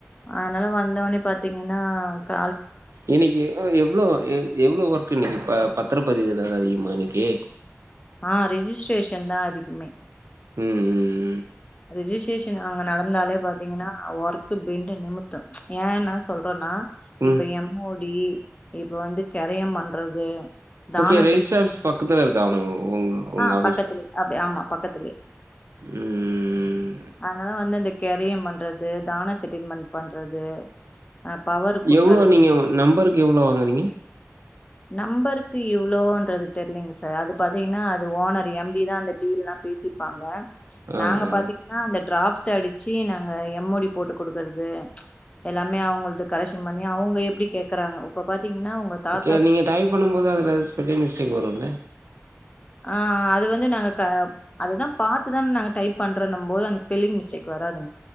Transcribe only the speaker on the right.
இன்னிக்கு உ எவ்ளோ எ எவ்ளோ ஒர்க் இன்னிக்கு பா பத் தர பதிவு எதாவ்து அதிகமா இன்னிக்கு?
ம் ம்
ம்
ஓகே ரெஜிஸ்ட்ர்
ஆஃபிஸ் பக்கத்துல இருக்கா உங் உங்க உங்க
ஆஃபீஸ்
ம்
எவ்ளோ நீங்க நம்பருக்கு எவ்ளோ வாங்கறீங்க
ஆ
ஆ
எதா நீங்க டைப் பண்ணும்போது அதுல ஸ்பெல்லிங் மிஸ்டேக் வருல்ல